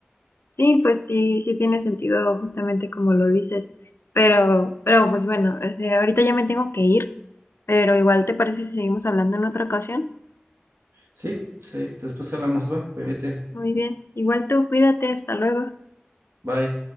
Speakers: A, on the left; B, on the right.
A: Sí, pues sí, sí tiene sentido justamente como lo dices, pero, pero pues bueno, o sea, ahorita ya me tengo que ir, pero igual te parece si seguimos hablando en otra ocasión.
B: Sí, sí, después hablamos, va, cuídate,
A: Muy bien, igual tú cuídate, hasta luego.
B: bye.